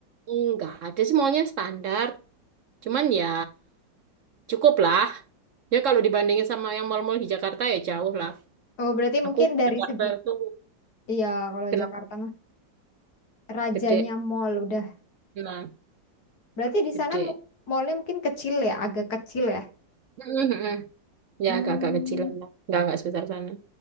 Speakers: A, on the right; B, on the left.
A: Enggak, ada sih mallnya standar. Cuman ya cukup lah. Ya kalau dibandingin sama yang mall-mall di Jakarta ya jauh lah.
B: Oh berarti
A: Aku
B: mungkin
A: ke
B: dari
A: Jakarta
B: segi
A: itu
B: Iya, kalau
A: kenapa
B: Jakarta mah rajanya
A: gede.
B: mall udah.
A: Nah,
B: Berarti di
A: gede.
B: sana mu- mallnya mungkin kecil ya, agak kecil ya.
A: Mhm. Ya
B: Hmm,
A: agak-agak kecilan lah. Enggak, enggak sebesar sana.